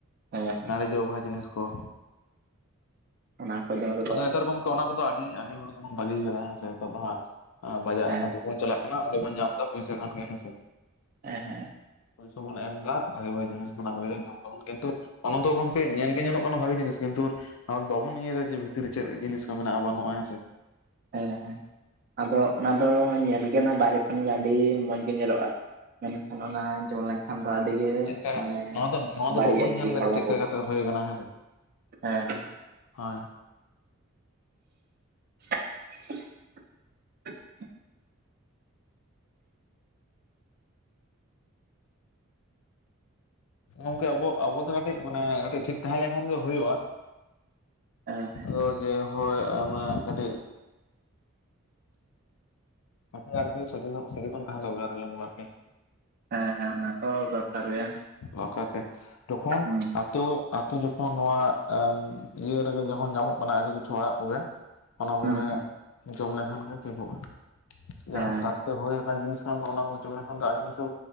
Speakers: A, on the right (about 45°); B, on the left (about 70°).
A: ᱦᱮᱸ
B: ᱚᱱᱟ ᱨᱮ ᱡᱚ ᱵᱟᱦᱟ ᱡᱤᱱᱤᱥ ᱠᱚ
A: ᱚᱱᱟ ᱠᱚ ᱡᱚᱢ ᱨᱮ
B: ᱟᱫᱚ ᱱᱮᱛᱟᱨ ᱜᱚᱝᱠᱮ ᱚᱱᱟ ᱠᱚᱫᱚ ᱟᱹᱰᱤ ᱟᱹᱰᱤ ᱦᱚᱲ ᱜᱮᱵᱚᱱ ᱵᱟᱹᱜᱤᱭᱟ ᱠᱟᱫᱟ ᱦᱮᱸᱥᱮ᱾ ᱱᱤᱛ ᱫᱚ ᱦᱟᱸᱜ ᱵᱟᱡᱟᱜ
A: ᱦᱮᱸ
B: ᱦᱚᱸᱵᱚᱱ ᱪᱟᱞᱟᱜ ᱚᱱᱟ ᱟᱸᱰᱮ ᱵᱚᱱ ᱧᱟᱢᱫᱟ ᱯᱚᱭᱥᱟ ᱠᱷᱟᱱ ᱜᱮ, ᱦᱮᱸᱥᱮ?
A: ᱦᱮᱸ ᱦᱮᱸ᱾
B: ᱯᱚᱭᱥᱟ ᱵᱚᱱ ᱮᱢ ᱮᱫᱟ, ᱵᱷᱟᱜᱤ ᱵᱷᱟᱜᱤ ᱡᱤᱱᱤᱥ ᱵᱚᱱ ᱟᱹᱜᱩᱭᱟ ᱡᱚᱢᱫᱚᱵᱚᱱ, ᱠᱤᱱᱛᱩ ᱚᱱᱟ ᱫᱚ ᱜᱚᱝᱠᱮ ᱧᱮᱞ ᱧᱮᱞᱚᱜ ᱚᱱᱟ ᱵᱷᱟᱜᱤ ᱡᱤᱱᱤᱥ ᱠᱤᱱᱛᱩ ᱵᱟᱵᱚᱱ ᱤᱭᱟᱹᱭᱫᱟ ᱡᱮ ᱵᱷᱤᱛᱤᱨ ᱨᱮ ᱪᱮᱫ ᱡᱤᱱᱤᱥ ᱠᱚ ᱢᱮᱱᱟᱜᱼᱟ ᱵᱟᱹᱱᱩᱜᱼᱟ, ᱦᱮᱸ ᱥᱮ?
A: ᱦᱮᱸ ᱦᱮᱸ᱾ ᱟᱫᱚ ᱚᱱᱟ ᱫᱚ ᱧᱮᱞᱜ ᱱᱚᱱᱟ ᱵᱟᱭᱨᱮ ᱠᱷᱚᱱᱜᱮ ᱟᱹᱰᱤ ᱢᱚᱡᱽ ᱜᱮ ᱧᱮᱞᱚᱜ-ᱟ᱾ ᱢᱮᱱᱠᱷᱟᱱ ᱚᱱᱟ ᱡᱚᱢ ᱞᱮᱱᱠᱷᱟᱱ ᱠᱷᱟᱱ ᱫᱚ ᱟᱹᱰᱤ ᱜᱮ
B: ᱪᱮᱫ ᱞᱮᱠᱟ
A: ᱢᱟᱱᱮ
B: ᱱᱚᱣᱟ ᱫᱚ ᱱᱚᱣᱟ ᱫᱚ
A: ᱵᱟᱹᱲᱤᱡ
B: ᱵᱟᱵᱚᱱ
A: ᱟᱨᱠᱤ
B: ᱧᱮᱞ ᱮᱫᱟ
A: ᱦᱚᱲᱢᱚ
B: ᱪᱮᱫ
A: ᱯᱚᱠᱠᱷᱮ
B: ᱞᱮᱠᱟ ᱠᱟᱛᱮ ᱦᱩᱭ ᱟᱠᱟᱱᱟ ᱦᱮᱸ ᱥᱮ
A: ᱦᱮᱸ ᱦᱮᱸ᱾
B: ᱦᱳᱭ
A: <inaudible>
B: ᱜᱚᱝᱠᱮ ᱟᱵᱚ ᱟᱵᱚ ᱫᱚ ᱠᱟᱹᱴᱤᱡ ᱢᱟᱱᱮ ᱠᱟᱹᱴᱤᱡ ᱴᱷᱤᱠ ᱛᱟᱸᱦᱮ ᱞᱮᱱᱠᱷᱟᱱ ᱜᱮ ᱦᱳᱭᱳᱜᱼᱟ ᱾
A: ᱮ ᱦᱮᱸ᱾
B: ᱛᱚ ᱡᱮ ᱦᱳᱭ ᱢᱟᱱᱮ ᱠᱟᱹᱴᱤᱡ ᱠᱟᱛᱷᱟ ᱫᱚ ᱟᱨᱠᱤ ᱥᱚᱡᱷᱮ ᱧᱚᱜ ᱥᱮ ᱨᱚᱠᱚᱢ ᱛᱟᱦᱮᱸ ᱫᱚᱨᱠᱟᱨ ᱜᱮ ᱟᱨᱠᱤ
A: ᱦᱮᱸ ᱦᱮᱸ ᱚᱱᱟ ᱠᱚ ᱫᱚᱨᱠᱟᱨ ᱜᱮ᱾
B: ᱫᱚᱠᱟᱨ ᱯᱮ ᱛᱚᱠᱷᱚᱱ
A: ᱦᱩᱸ
B: ᱟᱛᱳ ᱟᱛᱳ ᱡᱚᱠᱷᱚᱱ ᱱᱚᱣᱟ ᱤᱭᱟᱹ ᱨᱮᱜᱮ ᱡᱚᱠᱷᱚᱱ ᱧᱟᱢᱚᱜ ᱠᱟᱱᱟ᱾ ᱟᱹᱰᱤ ᱠᱤᱪᱷᱩ ᱚᱲᱟᱜ ᱠᱚᱜᱮ ᱚᱱᱟ
A: ᱦᱩᱸ
B: ᱠᱚᱜᱮ
A: ᱦᱩᱸ
B: ᱡᱚᱢ ᱞᱮᱠᱷᱟᱱ ᱜᱮ ᱴᱷᱤᱠᱚᱜᱼᱟ᱾
A: ᱦᱮᱸ
B: ᱡᱟᱦᱟᱸ ᱥᱟᱨᱛᱮ ᱦᱳᱭ ᱠᱟᱱ ᱡᱤᱱᱤᱥ ᱠᱟᱱ ᱫᱚ ᱚᱱᱟ ᱠᱚ ᱡᱚᱢ ᱞᱮᱠᱷᱟᱱ ᱫᱚ ᱟᱹᱰᱤ ᱠᱤᱥᱩ